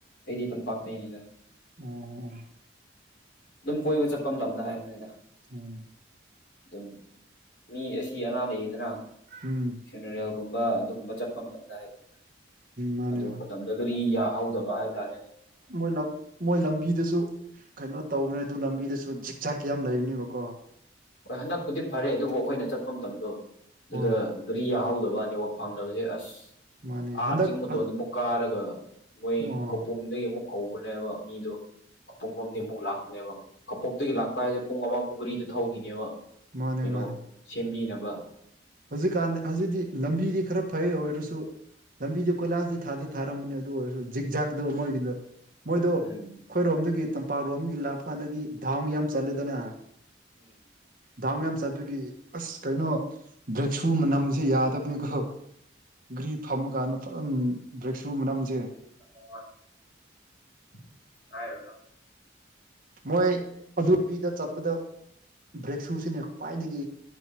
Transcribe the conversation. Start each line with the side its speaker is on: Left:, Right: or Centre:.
Left: ꯑꯩꯗꯤ ꯇꯝꯄꯥꯛꯇꯩꯅꯤꯗ
Right: ꯑꯣ ꯑꯣ
Left: ꯑꯗꯨꯝ ꯀꯣꯏꯕ ꯆꯠꯄ ꯃꯇꯝꯗ ꯍꯥꯏꯕꯅꯤꯗ
Right: ꯎꯝ
Left: ꯑꯗꯨꯝ ꯃꯤ ꯑꯁꯤ ꯑꯅꯥ ꯂꯩꯌꯦꯗꯅ
Right: ꯎꯝ
Left: ꯐꯅꯔꯤꯦꯜꯒꯨꯝꯕ ꯑꯗꯨꯒꯨꯝꯕ ꯆꯠꯄ ꯃꯇꯝꯗ ꯍꯥꯏꯕꯅꯤꯗ
Right: ꯃꯥꯅꯦ
Left: ꯑꯗꯨ
Right: ꯃꯥꯅꯦ
Left: ‌ꯃꯇꯝ ꯑꯗꯨꯗꯤ‌ꯌꯥ‌‌‌ ꯍꯧꯗꯕ ꯍꯥꯏꯇꯥꯔꯦꯅꯦ
Right: ꯃꯣꯏ ꯂꯧ ꯃꯣꯏ ꯂꯝꯕꯤꯗꯁꯨ ꯀꯩꯅꯣ ꯇꯧꯕꯅꯦ ꯑꯗꯨ ꯂꯝꯕꯤꯗꯁꯨ ꯖꯤꯛ ꯆꯥꯛ ꯌꯥꯝ ꯂꯩꯕꯅꯦꯕꯀꯣ
Left: ꯍꯣꯏ ꯍꯟꯗꯛꯄꯨꯗꯤ ꯐꯔꯦ ꯑꯗꯨꯕꯨ ꯑꯩꯈꯣꯏꯅ ꯆꯠꯄ ꯃꯇꯝꯗꯣ ꯑꯗꯨꯗ
Right: ꯍꯣꯏ
Left: ꯒꯥꯔꯤ ꯌꯥꯍꯧꯗꯕ ꯅꯦꯠꯋꯛ ꯐꯪꯗꯕꯁꯦ ꯑꯁ
Right: ꯃꯥꯅꯦ
Left: ꯑꯥ
Right: ꯍꯟꯗꯛ
Left: ꯆꯤꯡ ꯃꯇꯣꯟꯗ
Right: ꯑꯣ
Left: ꯑꯃꯨꯛ ꯀꯥꯔꯒ ꯃꯣꯏ
Right: ꯑꯣ
Left: ꯈꯧꯄꯨꯝ ꯑꯗꯒꯤ ꯑꯃꯨꯛ ꯀꯧꯕꯅꯦꯕ ꯃꯤꯗꯣ ꯈꯧꯄꯨꯝ‌ꯂꯣꯝꯗꯒꯤ ꯑꯃꯨꯛ ꯂꯥꯛꯄꯅꯦꯕ ꯈꯧꯄꯨꯝꯗꯒꯤ ꯂꯥꯛꯄ ꯍꯥꯏꯁꯦ ꯄꯨꯡ ꯑꯃꯃꯨꯛꯒꯔꯤꯗ ꯊꯧꯈꯤꯅꯦꯕ
Right: ꯃꯥꯅꯦ
Left: ꯀꯩꯅꯣ
Right: ꯃꯥꯅꯦ
Left: ꯁꯦꯝꯕꯤꯅꯕ
Right: ꯍꯧꯖꯤꯛꯀꯥꯟ ꯍꯧꯖꯤꯛꯇꯤ ꯂꯝꯕꯤꯗꯤ ꯈꯔ ꯐꯩ ꯑꯣꯏꯔꯁꯨ ꯂꯝꯕꯤꯗꯨ ꯀꯣꯏꯂꯥꯁꯗꯤ ꯊꯥꯗꯤ ꯊꯥꯔꯝꯕꯅꯤ ꯑꯗꯨ ꯑꯣꯏꯔꯁꯨ ꯖꯤꯛ ꯖꯥꯛꯇꯣ ꯃꫭꯏꯒꯤꯗꫭ ꯃꯣꯏꯗꯣ ꯑꯩꯈꯣꯏꯔꯣꯝꯗꯒꯤ
Left: ꯎꯝ
Right: ꯇꯝꯄꯥꯛꯂꯣꯝꯗꯒꯤ ꯂꯥꯛꯄ ꯀꯥꯟꯗꯗꯤ ꯗꯥꯥꯎ ꯌꯥꯝ ꯆꯠꯂꯦꯗꯅ
Left: ꯎꯝ
Right: ꯗꯥꯎꯟ ꯌꯥꯝ ꯆꯠꯄꯒꯤ ꯑꯁ ꯀꯩꯅꯣ ꯕ꯭ꯔꯦꯛ ꯁꯨ ꯃꯅꯝꯖꯤ ꯌꯥꯗꯕꯅꯤꯀꯣ ꯒꯥꯔꯤ ꯐꯝꯃꯀꯥꯟꯗ ꯐꯖꯅ ꯕ꯭ꯔꯦꯛꯁꯨ ꯃꯅꯝꯖꯦ
Left: <unintelligible> ꯍꯥꯏꯔꫭꯅꯣ
Right: ꯃꯣꯏ ꯑꯗꯨꯕꯤꯗ ꯆꯠꯄꯗ ꯕ꯭ꯔꯦꯛ ꯁꯨꯁꯤꯅꯦ ꯈ꯭ꯋꯥꯏꯗꯒꯤ